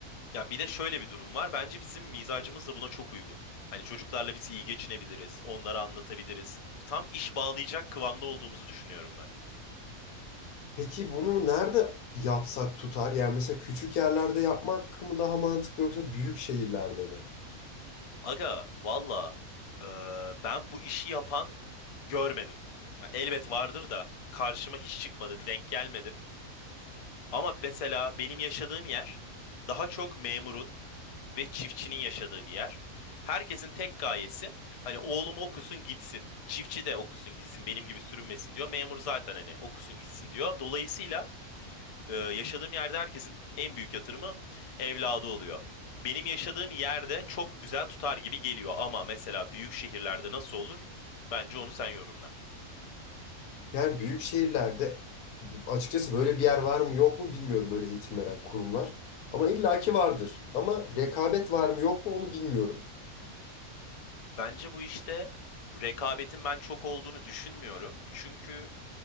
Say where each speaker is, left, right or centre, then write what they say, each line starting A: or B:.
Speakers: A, on the left (about 65°); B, on the left (about 80°).
A: Ya bir de şöyle bir durum var. Bence bizim mizacımız da buna çok uygun. Hani çocuklarla biz iyi geçinebiliriz, onlara anlatabiliriz. Tam iş bağlayacak kıvamda olduğumuzu düşünüyorum ben.
B: Peki bunu nerede yapsak tutar? Yani mesela küçük yerlerde yapmak mı daha mantıklı yoksa büyük şehirlerde mi?
A: Aga valla eee, ben bu işi yapan görmedim. Ya Elbet vardır da karşıma hiç çıkmadı, denk gelmedim. Ama mesela benim yaşadığım yer daha çok memurun ve çiftçinin yaşadığı bir yer. Herkesin tek gayesi hani oğlum okusun gitsin. Çiftçi de okusun gitsin benim gibi sürünmesin diyor. Memur zaten hani okusun gitsin diyor. Dolayısıyla ee, yaşadığım yerde herkesin en büyük yatırımı evladı oluyor. Benim yaşadığım yerde çok güzel tutar gibi geliyor ama mesela büyük şehirlerde nasıl olur? Bence onu sen yorumla.
B: Yani büyük şehirlerde açıkçası böyle bir yer var mı yok mu bilmiyorum böyle eğitim veren kurumlar. Ama illaki vardır. Ama rekabet var mı yok mu onu bilmiyorum.
A: Bence bu işte rekabetin ben çok olduğunu düşünmüyorum. Çünkü